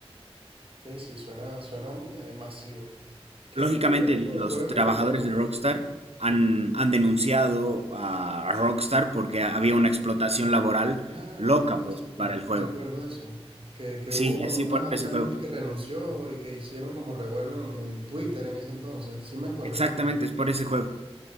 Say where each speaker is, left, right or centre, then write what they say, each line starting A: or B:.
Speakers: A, on the right; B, on the right.
A: Sí, sí, suena, suena eh, masivo. ¿Qué,
B: Lógicamente,
A: qué otro tipo
B: los
A: de juego?
B: trabajadores de Rockstar han, han denunciado a a Rockstar porque había una explotación laboral
A: Claro,
B: loca,
A: claro,
B: pues,
A: sí,
B: para el juego.
A: recuerdo eso. Que, que
B: Sí,
A: hubo con
B: así
A: una,
B: por ese
A: una
B: juego.
A: gente que renunció y que hicieron como revuelo en, en Twitter en ese entonces. Sí me acuerdo.
B: Exactamente, es por ese juego.